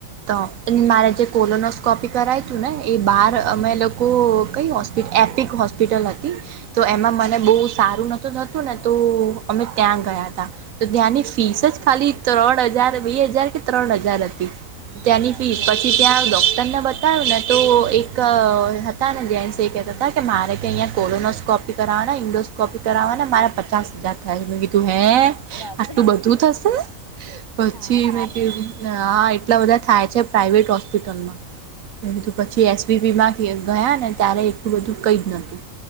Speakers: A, on the right; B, on the left.
A: તો એ મારે જે કોલોનોસ્કોપી કરાય તું ને એ બાર
B: હમ
A: અમે કઈ હોસ્પ એપિક હોસ્પિટલ હતી તો
B: હમ
A: એમાં બહુ સારું નતું થતું ને તો અમે ત્યાં ગયા તા તો ત્યાંની ફીસ જ ખાલી ત્રણ હજાર બે હજાર કે ત્રણ હજાર હતી. ત્યાંની
B: બાપરે
A: ફીસ પછી ત્યાં ડોક્ટર ને બતા ને તો એક હતા ને જેન્સેતા હતા કે મારે કે અહીં કોરોનોસ્કોપિક કરવાને ઇન્ડોસ્કોપી કરાવવાને મારે પચાસ હજાર થાય મે કીધું હે.
B: બાપરે
A: આટલું બધું થશે પછી
B: હારી
A: મે
B: યાર
A: કીધુ. હા એટલા બધા થાય છે પ્રાાઈવેટ હોસ્પિટલમાં એધું પછી એસવીપીમાં ગયા ને ત્યારે એટલું બધું કઈ જ નતું.